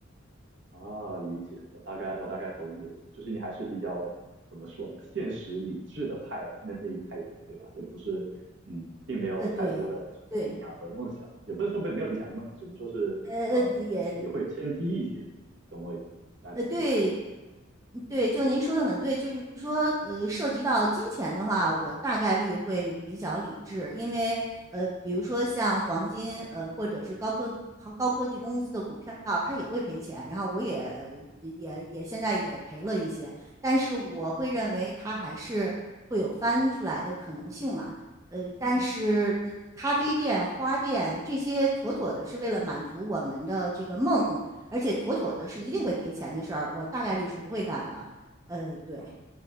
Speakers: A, on the right; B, on the right.
A: 啊，理解，我大概我大概懂你的意思，就是你还是比较怎么说呢，现实理智的派那那一派别，对吧？就不是，嗯，并没有太多的那种理想和梦想，
B: 呃，对，对，
A: 也不是说没没有理想和梦想，只能说是呃占比会偏低一些，
B: 呃呃，也
A: 懂我意思，大家懂我的意思。
B: 呃，对，对，就您说的很对，就是说，呃，涉及到金钱的话，我大概率会比较理智，因为，呃，比如说像黄金，呃，或者是高科高高科技公司的股票，它也会赔钱，然后我也也也现在也赔了一些，但是我会认为它还是会有翻出来的可能性嘛，呃，但是咖啡店、
A: 嗯嗯，
B: 花店这些妥妥的是为了满足我们的这个梦。而且妥妥的是一定会赔钱的事儿，我大概率是不会干的。呃，对
A: 啊，